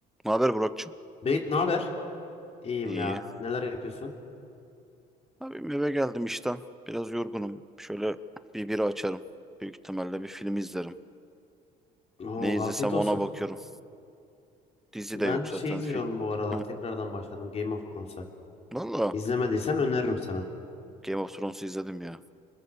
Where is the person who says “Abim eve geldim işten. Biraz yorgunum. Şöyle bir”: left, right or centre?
Centre